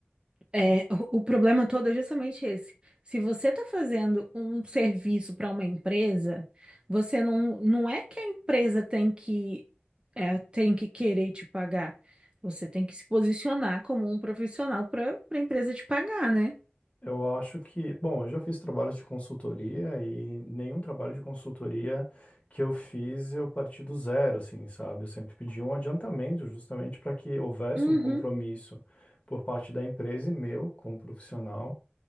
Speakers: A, on the right; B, on the left.
A: É, o, o problema todo é justamente esse. Se você está fazendo um serviço para uma empresa, você não, não é que a empresa tem que, é, tem que querer te pagar. Você tem que se posicionar como um profissional para a empresa te pagar, né?
B: Eu acho que, bom, eu já fiz trabalhos de consultoria e nenhum trabalho de consultoria que eu fiz eu parti do zero, assim, sabe? Eu sempre pedi um adiantamento justamente para que houvesse
A: Uhum,
B: um compromisso por parte da empresa e meu como profissional